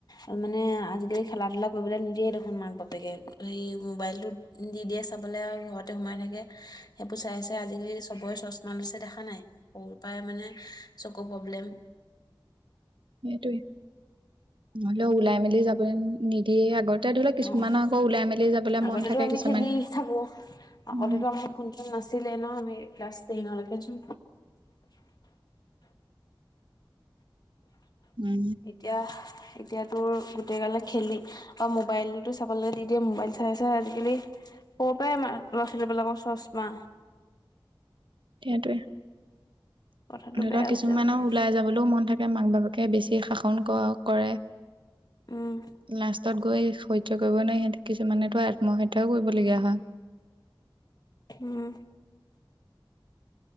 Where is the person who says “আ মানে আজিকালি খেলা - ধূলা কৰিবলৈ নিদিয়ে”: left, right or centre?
Left